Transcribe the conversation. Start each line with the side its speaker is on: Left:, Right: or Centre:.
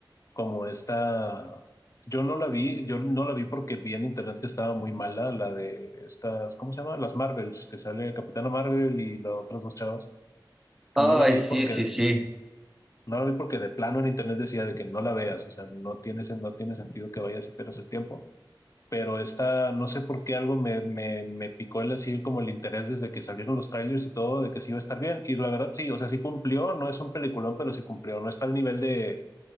Left: como esta. Yo no la vi, yo no la vi porque vi en internet que estaba muy mala, la de estas, ¿cómo se llama? Las Marvels, que sale Capitana Marvel y las otras dos chavas.
Centre: Ay,
Left: No la vi
Centre: sí,
Left: porque
Centre: sí, sí.
Left: No la vi porque de plano en internet decía de que no la veas, o sea, no tiene, sen- no tiene sentido que vayas y pierdas el tiempo. Pero esta, no sé por qué algo me, me, me picó el decir como el interés desde que salieron los trailers y todo, de que sí iba a estar bien. Y la verdad sí, o sea, sí cumplió, no es un peliculón, pero sí cumplió. No está al nivel de,